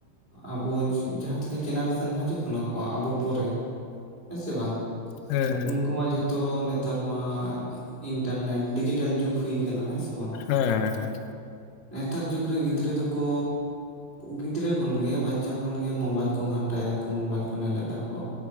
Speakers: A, on the right (about 35°); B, on the left (about 85°).
A: ᱟᱵᱚ ᱡᱟᱦᱟᱸ ᱛᱤᱱᱟᱹᱜ ᱡᱮᱱᱟᱨᱮᱥᱟᱱ ᱦᱤᱡᱩᱜ ᱠᱟᱱᱟ ᱠᱚ ᱟᱵᱚ ᱯᱚᱨᱮ ᱦᱮᱸ ᱥᱮ ᱵᱟᱝ
B: ᱦᱮᱸ
A: ᱩᱱᱠᱩ ᱢᱟ ᱡᱷᱚᱛᱚ ᱱᱮᱛᱟᱨ ᱢᱟ ᱤᱱᱴᱟᱨᱱᱮᱴ ᱰᱤᱡᱤᱴᱟᱞ ᱡᱩᱜᱽ ᱦᱩᱭ ᱠᱟᱱᱟ ᱦᱮᱸ ᱥᱮ ᱵᱟᱝ
B: ᱦᱮᱸ ᱦᱮᱸ ᱦᱮᱸ
A: ᱱᱮᱛᱟᱨ ᱡᱩᱜᱽ ᱨᱮ ᱜᱤᱫᱽᱨᱟᱹ ᱫᱚᱠᱚ ᱜᱤᱫᱽᱨᱟᱹ ᱠᱷᱚᱱᱜᱮ ᱵᱟᱪᱪᱟ ᱠᱷᱚᱱᱜᱮ ᱢᱳᱵᱟᱭᱤᱞ ᱠᱚ ᱜᱷᱟᱱᱴᱟᱭ ᱫᱟᱠᱚ ᱢᱳᱵᱟᱭᱤᱞ ᱠᱚ ᱱᱮᱞᱮᱫ ᱫᱟᱠᱚ